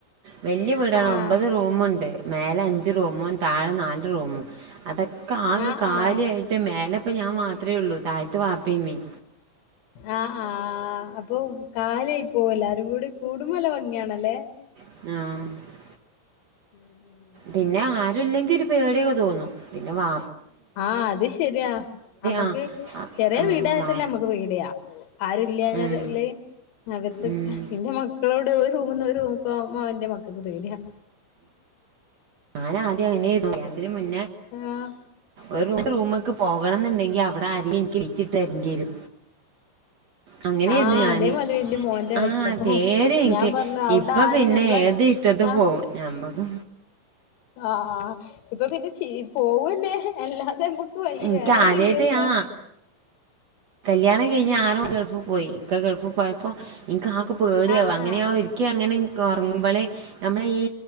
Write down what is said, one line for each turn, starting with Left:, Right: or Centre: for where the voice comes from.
Right: വല് ല്യ വീടാണ്
Left: ആഹ്
Right: ഒമ്പത് റൂമുണ്ട്. മേലെ അഞ്ച് റൂമും താഴെ നാല് റൂമും അതൊക്കെ ആകെ
Left: ആഹ്
Right: കാലിയായിട്ട്
Left: ആഹ് ആഹ്
Right: മേലെ പ്പൊ ഞാ മാത്രേള്ളൂ താഴത്ത് വാപ്പിമ്മീം.
Left: ആഹ് ആഹ് അപ്പൊ കാലിയാ പോവലാരും കൂടി കൂട്ടുബോ നല്ല ഭംഗിയാണല്ലേ?
Right: ആഹ്.
Left: ഉം. ഉം
Right: പിന്നെ ആരുല്ലെങ്കി ഒരു പേടിയൊകെ തോന്നു പിന്നെ വാ
Left: ആഹ് അത് ശെരിയാ അമ്മക്ക്
Right: ആ ആ
Left: ചെറിയ
Right: ആ
Left: വീടായാ
Right: വാ
Left: തന്നെ അമ്മക്ക് പേടിയാ. ആരുല്ലഞത്
Right: ഉം
Left: ല് അകത്ത്ക്ക.
Right: ഉം
Left: ന്റെ മക്കളോട് ഒരു റൂമ്ന്ന്ഒര് റൂമ്ക്ക്കൊവൻ ന്റെ മക്കക്ക് പേടയാ.
Right: ഞാന ആദ്യം അങ്ങനെനു കല്യാണ തിന് മുന്നേ
Left: ആഹ്
Right: ഒരു റൂമ് ക്ക് പോകണ ന്ന്ണ്ടെങ്കി അവ്ട ആരെ ക്കി ലിറ്റിട്ടരണ്ടിയെരു. അങ്ങനെര്ന്ന്
Left: ആഹ്
Right: ഞാന്
Left: അതേമാതിരി എന്റെ മോന്റെ അവസ്ഥ
Right: ആ
Left: ഇപ്പൊ
Right: പേടിയഇൻക്ക്
Left: ഞാൻ പറഞ്ഞു അവിടെ
Right: ഇപ്പൊ
Left: ആരും
Right: പിന്നെ
Left: ഞമ്മളെ
Right: ഏത്. റ്റതു
Left: ആഹ്
Right: പോവു ഞാമ്മക്.
Left: ആഹ് ആഹ് ഇപ്പൊ പിന്നെ ചീ പോവ്ന്നെ അല്ലാതെ അമ്മ ക്ക് വയിവേറെതില്ലല്ലോ.
Right: എനിക്ക് ആദ്യായിട്ട് ആ കല്യാണം കഴിഞ്ഞഞ് ആറും ഗൾഫ് പോയി ഇക്കെ ഗൾഫ് പോയപ്പോ ഇൻക്കാകെ പേടിയാവ
Left: ആഹ്
Right: അങ്ങനെയഒരി
Left: ആഹ്
Right: ക്യയങ്ങന ഇൻക്കൊർങ്ങുമ്പൊള് നമ്മള ഈ.